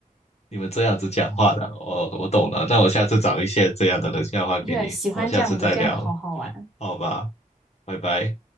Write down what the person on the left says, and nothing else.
你们这样子讲话的，我我懂了。那我下次找一些这样的冷笑话给你，
我下次再聊，
好吧，拜拜。